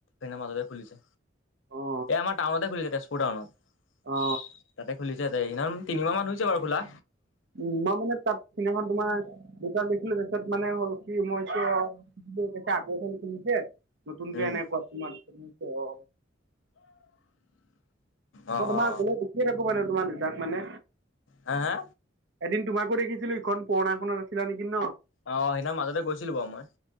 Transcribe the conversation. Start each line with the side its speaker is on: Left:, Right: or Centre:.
Left: মাজতে খুলিছে
Right: অ
Left: এই আমাৰ টাউনতে খুলিছে তেজপুৰ টাউনত।
Right: অ
Left: তাতে খুলিছে ত মিনিমাম তিনিমাহ মান হৈছে বাৰু খোলা।
Right: উম মই মানে তাত সেইদিনা খন তোমাৰ দুটা দেখিলো তাৰ পিছত মানে হল কি মইতো <unintelligible> আকৌ এখন খুলিছে নতুনকে
Left: উম
Right: এনেকোৱা তোমাৰ নিশ্চয় অ।
Left: অ
Right: মই তোমাক
Left: অ
Right: গলে দেখিয়েই নাপাও মানে তোমাক দুটাক মানে।
Left: হা হা?
Right: এদিন তোমাকো দেখিছিলো ইখন পুৰণাখনত আছিলা নেকি ন?
Left: অঁ, সেইদিনাখন মাজতে গৈছিলো বাৰু মই।